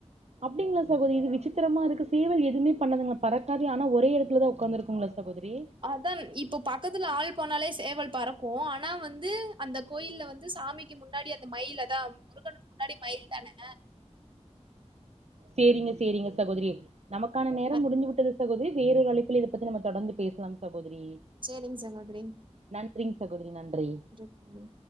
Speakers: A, on the right (about 65°); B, on the right (about 45°).
A: அப்டிங்ளா சகோதரி இது விசித்திரமா இருக்கு சேவல் எதுமே பண்ணதுங்கலா பறக்காது ஆனா ஒரே எடத்துலதா ஒட்காந்துருக்குங்ளா சகோதரி
B: இதான் இப்பொ பக்கத்துல ஆள் போனாலே சேவல் பறக்கு ஆனா வந்து அந்த கோயில்ல வந்து சாமிக்கு முன்னாடி அந்த மயில் அதா முருகனுக்கு முன்னாடி மயில் தானே
A: சேரிங்க சேரிங்க சகோதரி நமக்கான நேரம்
B: அ
A: முடுஞ்சு விட்டது சகோதிரி வேற ஒரு அழைப்புல இத பத்தி நம்ம தொடர்ந்து பேசலா சகோதரி
B: சேரிங்க சகோதரி
A: நன்றிங் சகோதரி நன்றி
B: ம்